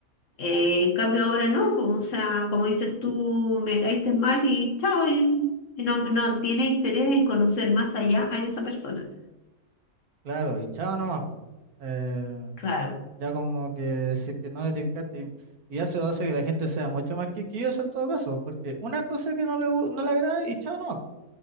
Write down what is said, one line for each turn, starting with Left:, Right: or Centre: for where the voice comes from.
Left: Eh, en cambio ahora no, como o sea, como dices tú, me caíste mal y chao, y, y no, no tienes interés en conocer más allá a esa persona.
Right: claro, y chao nomás, pues. Eh,
Left: Claro,
Right: ya como que si es que no le tincaste, y, y eso hace que la gente sea mucho más quisquillosa en todo caso, porque una cosa que no le, gu- no le agrada y chao nomás.